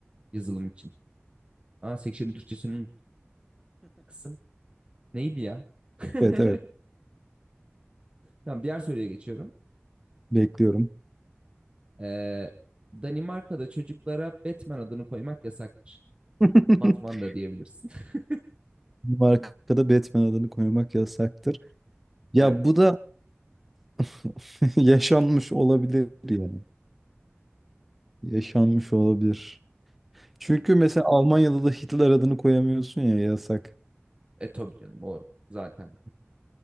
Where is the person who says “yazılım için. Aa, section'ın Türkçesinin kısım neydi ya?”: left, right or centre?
Right